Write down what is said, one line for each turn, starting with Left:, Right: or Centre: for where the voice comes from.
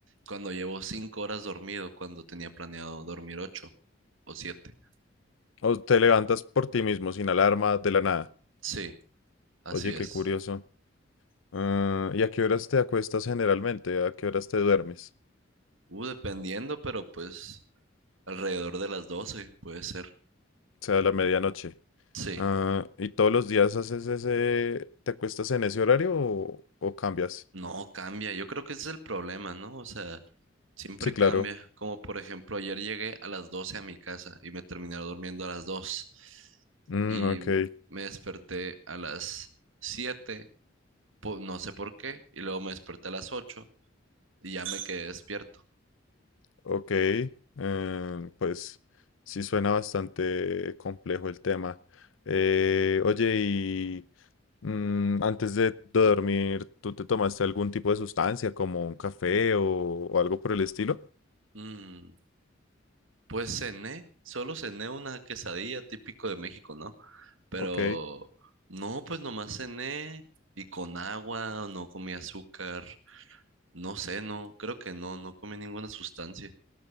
Right: cuando llevo cinco horas dormido, cuando tenía planeado dormir ocho o siete.
Left: ¿O te levantas por ti mismo sin alarma de la nada?
Right: Sí, así
Left: Oye,
Right: es.
Left: qué curioso. Ah, ¿y a qué horas te acuestas generalmente? ¿A qué horas te duermes?
Right: Uh, dependiendo, pero pues alrededor de las doce puede ser.
Left: O sea, a la medianoche.
Right: Sí,
Left: Ah, ¿y todos los días haces ese, te acuestas en ese horario o, o cambias?
Right: no cambia. Yo creo que ese es el problema, ¿no? O sea. Siempre
Left: Sí,
Right: cambia,
Left: claro.
Right: como por ejemplo, ayer llegué a las 12 a mi casa y me terminé durmiendo a las 2
Left: Mm,
Right: y
Left: ok,
Right: me desperté a las 7, po- no sé por qué, y luego me desperté a las 8 y ya me quedé despierto.
Left: ok. eh, pues sí suena bastante complejo el tema. Eh, oye, y mm, antes de dormir, ¿tú te tomaste algún tipo de sustancia como un café o, o algo por el estilo?
Right: Mm, pues cené, solo cené una quesadilla típico de México, ¿no? Pero
Left: Ok,
Right: no, pues nomás cené y con agua, no comí azúcar, no sé, no, creo que no, no comí ninguna sustancia.